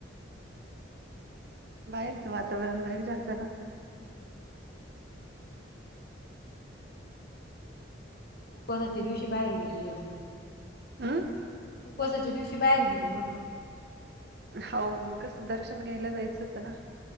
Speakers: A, on the right; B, on the left.
A: बाहेरचं वातावरण भारी राहतं ना.
B: हम्म. कोसाच्या दिवशी बाहेर गेली या दुसरी.
A: <inaudible>
B: वसाच्या दिवशी बाहेर गेली म्हट
A: हो मंगकस दर्शन घ्यायला जायचं होतं ना.